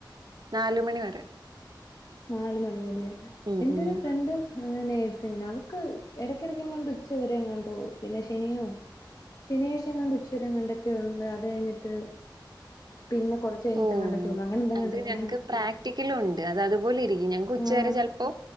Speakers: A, on the right; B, on the left.
A: നാലു മണി വരെ
B: നാല് മണി വരെ
A: ഉം
B: എന്റെ
A: ഉം
B: ഒരു ഫ്രണ്ടും അങ്ങനേ <unintelligible> അവക്ക് ഇടക്കെടക്കങ്ങാണ്ട് ഉച്ചവരെ എങ്ങാണ്ടോ പിന്നെ ശനിയോ ശനിയാഴ്ചങ്ങയെങ്ങാണ്ട് ഉച്ചവരെങ്ങയെങ്ങാണ്ടൊക്കെ ഉണ്ട് അത് കഴിഞ്ഞിട്ട് പിന്നെ കുറച്ച് കഴിഞ്ഞിട്ടെങ്ങാണ്ടൊക്കെ
A: ഓ
B: ഉള്ളൂ അങ്ങനെ എന്തെങ്ങാണ്ടൊക്കെയാ
A: അത് ഞങ്ങക്ക് പ്രാക്ടിക്കലും ഉണ്ട് അതതുപോ ലിരിക്കും ഞങ്ങക്ക് ഉച്ചവരെ
B: ആഹ്
A: ചിലപ്പൊ